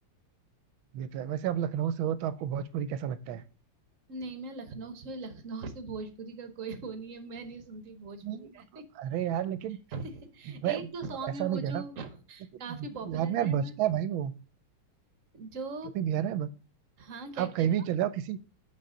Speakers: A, on the right; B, on the right.
A: ये तो है वैसे आप लखनऊ से हो तो आपको भोजपुरी कैसा लगता है
B: नहीं मैं लखनऊ से लखनऊ से भोजपुरी का कोई वो नहीं है मैं नहीं सुनती भोजपुरी
A: नहीं
B: का
A: मतलब अरे यार लेकिन
B: <laughs>
A: मैं
B: एक
A: मतलब
B: दो सॉन्ग
A: ऐसा
B: है
A: नहीं
B: वो
A: कहता
B: जो काफी
A: लेकिन यूपी
B: पॉपुलर
A: बिहार में यार
B: है
A: बजता
B: बट
A: है भाई वो
B: जो
A: यूपी बिहार में ब-
B: हाँ क्या
A: आप
B: कह
A: कहीं
B: रहा
A: भी चले जाओ किसी